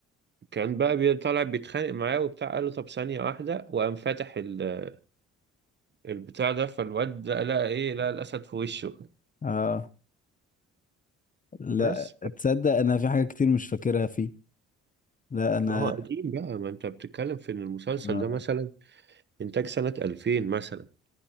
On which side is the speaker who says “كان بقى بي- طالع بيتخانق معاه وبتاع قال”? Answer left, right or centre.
Right